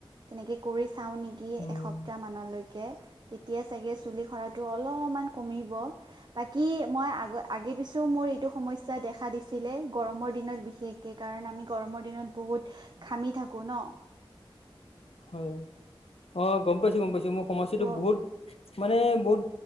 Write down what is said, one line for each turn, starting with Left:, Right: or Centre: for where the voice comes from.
Right: তেনেকে কৰি চাওঁ নেকি
Left: উম
Right: এসপ্তাহ মানলৈকে, তেতিয়া চাগে চুলি সৰাত অলপমান কমিব, বাকি মই আগ-আগে পিছেও মোৰ এইটো সমস্যা দেখা দিছ ছিলে গৰমৰ দিনত বিশেষকে কাৰণ আমি গৰমৰ দিনত বহুত ঘামি থাকো ন।
Left: <unintelligible> হয়। অ', গম পাইছো গম পাইছো মোৰ সমস্যাটো
Right: ত'
Left: বহুত মানে বহুত